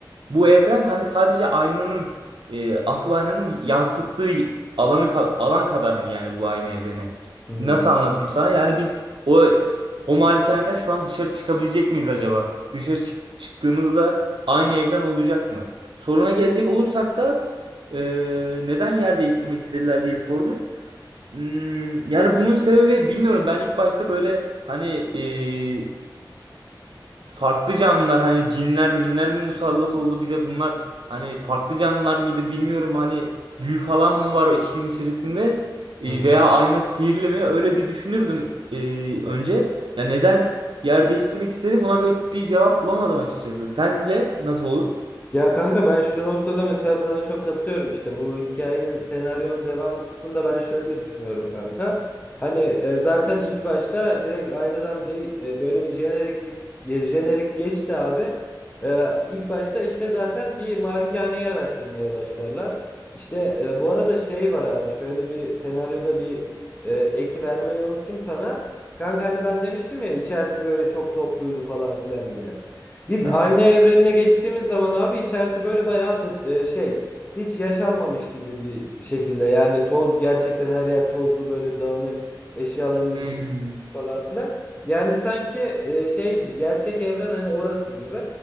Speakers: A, on the right; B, on the left.
A: bu evren hani sadece aynanın e, asıl aynanın yansıttığı alanı ka- alan kadar mı yani bu aynı evreni?
B: Hı
A: Nasıl anlatayım sana? Yani biz o o malikaneden şu an dışarı çıkabilecek miyiz acaba? Dışarı çık- çıktığımızda aynı evren olacak mı? Soruna gelecek olursak da e, neden yer değiştirmek istediler diye sorunun. Hmm, yani bunun sebebi bilmiyorum. Ben ilk başta böyle hani e, farklı canlılar hani cinler minler mi musallat oldu bize bunlar hani farklı canlılar mıydı bilmiyorum hani büyü falan mı var o işin içerisinde E,
B: hı.
A: veya ayna sihirli mi öyle bir düşünürdüm e, önce ya neden yer değiştirmek istedi buna pek bir cevap bulamadım açıkçası sence nasıl olur?
B: Ya kanka ben şu noktada mesela sana çok katılıyorum işte bu hikayenin senaryonun devamı kısmında ben şöyle düşünüyorum kanka. Hani e, zaten ilk başta direkt aynadan değil e, böyle bir jeneriklik ge- jenerik geçti abi. E, ilk başta işte zaten bir malikaneyi araştırmaya başlarlar. İşte e, bu arada şey var abi şöyle bir senaryoda bir e, eki vermeyi unuttum sana. Kanka hani ben demiştim ya içerisi böyle çok topluydu falan filan diye. Biz
A: Hı
B: ayna
A: hı.
B: evrenine geçtiğimiz zaman abi içerisi böyle bayağı da- e, şey hiç yaşanmamış gibi bir şekilde yani toz gerçekten her yer tozlu böyle dağınık eşyaların üstü
A: Hmm.
B: örtülmüş falan filan. Yani sanki e, şey gibi gerçek evren hani orası gibi.